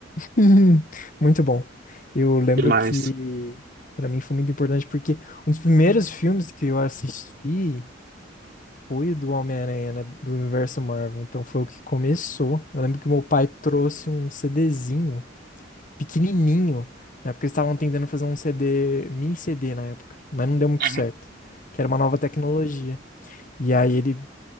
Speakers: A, on the left; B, on the right.
A: Uhum, Muito bom. Eu lembro
B: e mais.
A: que pra mim foi muito importante porque um dos primeiros filmes que eu assisti foi o do Homem-Aranha, né, do universo Marvel. Então foi o que começou. Eu lembro que meu pai trouxe um CDzinho pequenininho, na época eles estavam tentando fazer um CD, mini CD na época, mas não deu muito
B: Uhum.
A: certo, que era uma nova tecnologia. E aí ele